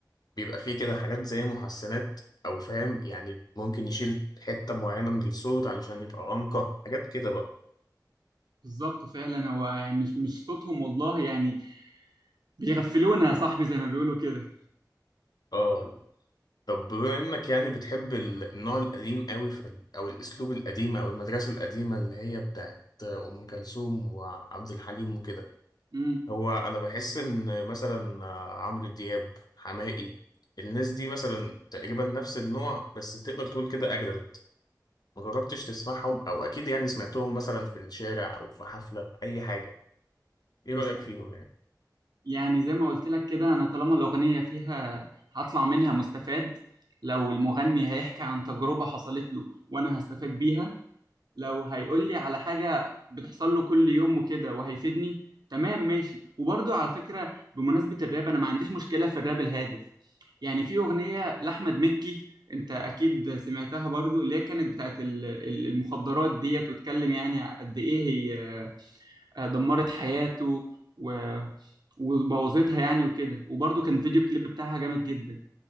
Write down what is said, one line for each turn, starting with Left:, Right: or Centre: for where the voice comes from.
Left: بيبقى فيه كده حاجات زي محسنات أو فاهم يعني ممكن يشيل حتة معينة من الصوت علشان يبقى أنقى حاجات كده بقى
Right: بالظبط فعلا هو يعني مش مش صوتهم والله يعني بيغفلونا يا صاحبي زي ما بيقولوا كده
Left: آه طب بما انك يعني بتحب ال- النوع القديم قوي في ال- او الاسلوب القديم او المدرسه القديمه اللي هي بتاعت ام كلثوم وعبد الحليم وكده
Right: امم
Left: هو انا بحس ان مثلا عمرو دياب حماقي الناس دي مثلا تقريبا نفس النوع بس تقدر تقول كده اجدد ما جربتش تسمعهم او اكيد يعني سمعتهم مثلا في الشارع او في حفله اي حاجه ايه
Right: بس
Left: رايك فيهم يعني
Right: يعني زي ما قلت لك كده انا طالما الاغنيه فيها هطلع منها مستفاد لو المغني هيحكي عن تجربه حصلت له وانا هستفاد بيها لو هيقول لي على حاجه بتحصل له كل يوم وكده وهيفيدني تمام ماشي وبرضه على فكره بمناسبه الراب انا ما عنديش مشكله في الراب الهادف يعني في اغنيه لاحمد مكي انت اكيد سمعتها برضو اللي هي كانت بتاعت ال- ال- المخدرات ديت واتكلم يعني قد ايه هي آه، دمرت حياته و... وبوظتها يعني وكده وبرضه كان الفيديو كليب بتاعها جامد جدا